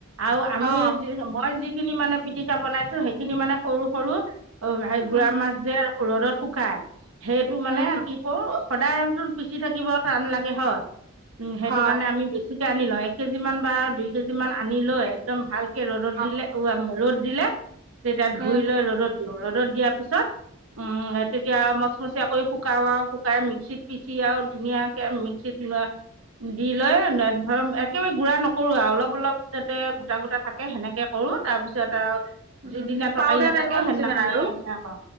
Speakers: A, on the right; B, on the right.
A: আৰু আমি
B: অ',
A: মই যিখিনি মানে পিটিকা বনাইছো সেইখিনি মানে সৰু সৰু অ', হেই
B: উম,
A: গুৰা মাছ যে ৰ'দত শুকাই, সেইটো মানে
B: উম,
A: সদায়টো পিচি থাকিব টান লাগে হয়, উম সেইটো
B: হয়,
A: কাৰণে আমি বেছিকে আনি লওঁ, এক কেজি মান বা দুই কেজি মান আনি লৈ একদম ভাল ৰ'দত
B: অ',
A: দিলে ওৱাই ৰ'দ দিলে তেতিয়া ধুই
B: উম,
A: লৈ ৰ'দত ৰ'দত দিয়াৰ পিছত উম, তেতিয়া মচমচীয়া কৈ শু শুকাও আৰু শুকাই মিক্সিত পিচি আৰু ধুনীয়াকে মিক্সিত অ দি লৈ ধৰ একেবাৰে গুৰা নকৰো আৰু অলপ যাতে গোটা গোটা থাক সেনেকে কৰোঁ তাৰপিছত আৰু
B: উম,
A: যিদিনা তৰকাৰি
B: পাউদাৰ
A: নাথাকে
B: টাইপৰ নিচিনা
A: সেইদিনাখনে
B: আৰু।
A: সেইয়া কৰো,